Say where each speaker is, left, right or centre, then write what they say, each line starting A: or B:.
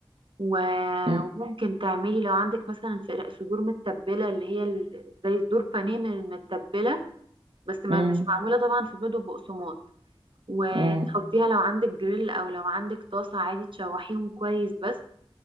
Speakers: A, on the right; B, on the right.
A: و-
B: مم،
A: وممكن تعملي لو عندك مثلا فر- صدور متبلة اللي هي ال- زي صدور بانيه من المتبلة بس ما
B: مم،
A: مش معمولة طبعا في بيض وبقسماط وتحطيها
B: مم،
A: لو عندك جريل او لو عندك طاسة عادي تشوحيهم كويس بس